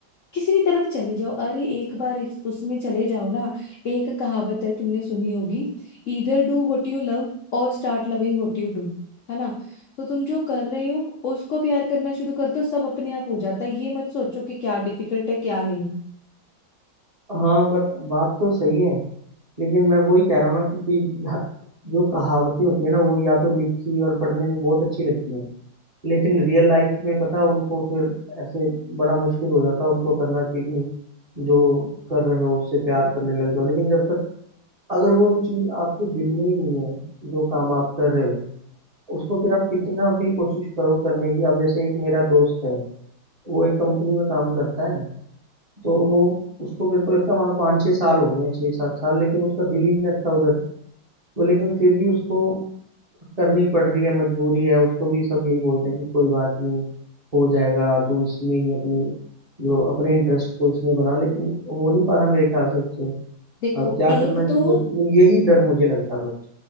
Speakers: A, on the left (about 80°); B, on the right (about 25°).
A: किसी भी तरफ चले जाओ अरे एक बार इस उसमें चले जाओ ना एक कहावत है तुमने सुनी होगी either do what you love और start loving what you do है ना तो तुम जो कर रहे हो उसको प्यार करना शुरू कर दो सब अपने आप हो जाता है ये मत सोचो कि क्या डिफिकल्ट है क्या नहीं
B: हाँ बट बात तो सही है लेकिन मैं वही कह रहा हूँ ना कि, कि यह- जो कहावतें होती है ना वो या तो लिखी और पढ़ने में बहुत अच्छी लगती हैं लेकिन रियल लाइफ में पता उनको फिर ऐसे बड़ा मुश्किल हो जाता है उनको करना कि जो कर रहे हो उससे प्यार करने लग जाओ लेकिन जब तक अगर वो चीज़ आपके दिल में ही नहीं है जो काम आप कर रहे हो उसको फिर आप कितना भी कोशिश करो करने की अब जैसे एक मेरा दोस्त है वो एक कंपनी में काम करता है तो वो उसको मेरे को लगता है वहाँ पाँच छः साल हो गए हैं छः सात साल लेकिन उसका दिल ही नहीं लगता उधर तो लेकिन फिर भी उसको करनी पड़ रही है मजबूरी है उसको भी सब यही बोलते हैं कि कोई बात नहीं हो जाएगा तो इसमें ही अपनी जो अपने इंटरेस्ट को इसमें बना लेकिन हो नहीं पा रहा मेरे ख्याल से उससे
A: देखो
B: अब क्या
A: एक
B: करना चाहिए
A: तो
B: अब यही डर मुझे लगता है बस